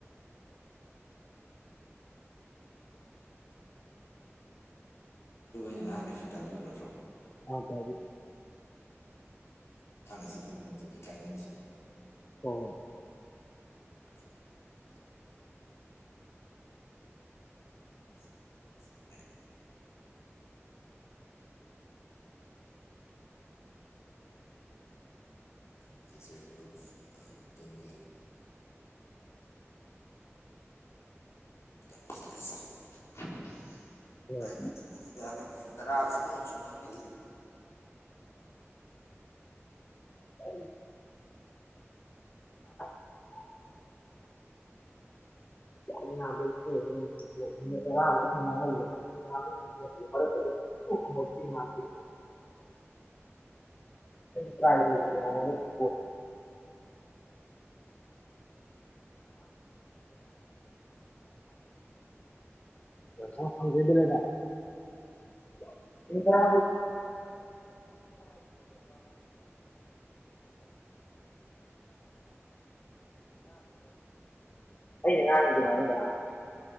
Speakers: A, on the left (about 75°); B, on the left (about 30°).
A: ꯃꯔꯨ ꯑꯣꯏꯅ ꯉꯥꯡꯉꯤꯕꯁꯤ ꯇꯥꯕꯤꯌꯨ ꯌꯥꯗ꯭ꯔꯣ
B: ꯑ ꯇꯕꯤ
A: ꯃꯇꯥꯡ ꯑꯁꯤꯗ ꯑꯃꯨꯛ ꯃꯗꯨꯗꯤ ꯀꯥꯏꯅꯔꯁꯤꯅꯦ ꯃꯔꯨꯞ
B: ꯎꯝ
A: <inaudible> <unintelligible> <inaudible> <unintelligible> ꯅꯨꯡꯉꯥꯏꯖꯔꯦ ꯃꯔꯨꯞ ꯑꯗꯣꯝꯒꯤ ꯀ ꯊꯁꯦ <unintelligible>
B: ꯍꯣꯏ ꯍꯣꯏ
A: ꯊꯗ <unintelligible> ꯇꯔꯥꯕꯨꯁꯨ ꯑꯩ ꯁꯨꯝ ꯉꯥꯡꯍꯜꯂꯤ
B: ꯑ <unintelligible> <inaudible> <unintelligible> ꯍꯣꯀꯤ ꯃꯥꯊ <unintelligible>
A: <inaudible> <unintelligible>
B: ꯇ꯭ꯔꯥꯏ ꯇꯉꯣꯟꯗ <unintelligible> <inaudible> <unintelligible> <unintelligible> ꯅ ꯐꯪꯖꯗ <unintelligible> ꯂꯩꯗ <unintelligible> ꯑ <unintelligible> ꯑꯩ ꯉ ꯅ ꯑꯗꯨ ꯃꯥꯅꯤ <unintelligible>